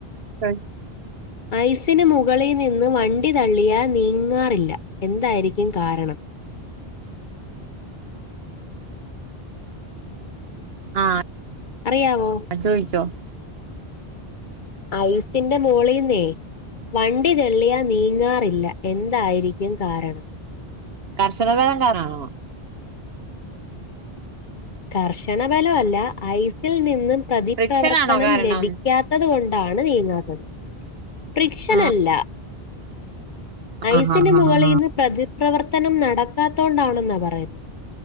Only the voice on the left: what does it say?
ഐസിന് മുകളി നിന്ന് വണ്ടി തള്ളിയാൽ നീങ്ങാറില്ല എന്തായിരിക്കും കാരണം
അറിയാവോ
ഐസിന്റെ മോളീന്നേ വണ്ടി തെള്ളിയാ നീങ്ങാറില്ല എന്തായിരിക്കും കാരണം
കർശനഫല അല്ല ഐസിൽ നിന്നും പ്രതിപ്രവർത്തനം
ലഭിക്കാ ത്തത് കൊണ്ടാണ് നീങ്ങാത്തത് പ്രിക്ഷനല്ല
ഐസിന്
മുകളീന്ന്
പ്രതിപ്രവർ ത്തനം നടക്കാത്തോണ്ടാണെന്നാ പറയുന്ന്